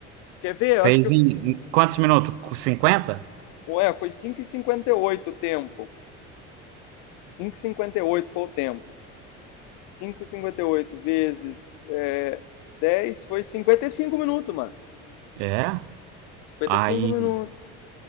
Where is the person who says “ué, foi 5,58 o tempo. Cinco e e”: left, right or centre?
Left